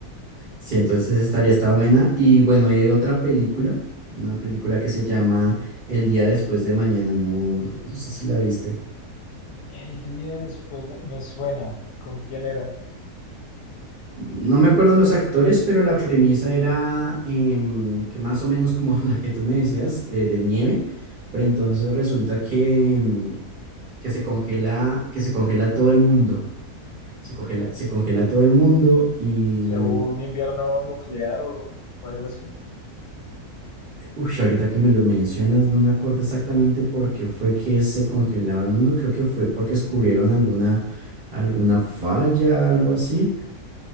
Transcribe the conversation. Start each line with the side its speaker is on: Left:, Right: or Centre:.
Right: Sí, entonces estaría esta buena. Y bueno, y hay otra película, una película que se llama El día después de mañana. No, <laughs> no sé si la viste.
Left: El día después de- Me suena. ¿Con quién era?
Right: No me acuerdo los actores, pero la premisa era em, que más o menos como <laughs> la que tú me decías, de, de nieve, pero entonces resulta que, em, que se congela, que se congela todo el mundo. Se congela, se congela todo el mundo y,
Left: O sea, ¿hubo un invierno nuclear o, o algo así?
Right: uff, ahorita que me lo mencionas, no me acuerdo exactamente por qué fue que se congelaba el mundo. Creo que fue porque descubrieron alguna, alguna falla, algo así.